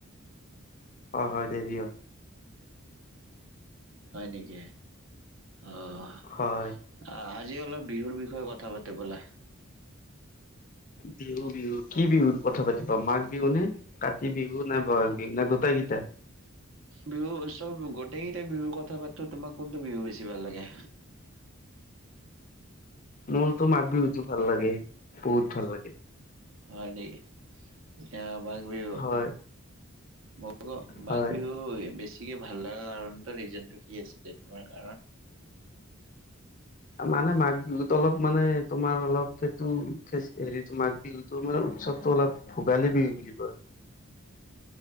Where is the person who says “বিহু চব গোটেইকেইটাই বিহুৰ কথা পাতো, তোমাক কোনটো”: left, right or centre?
Right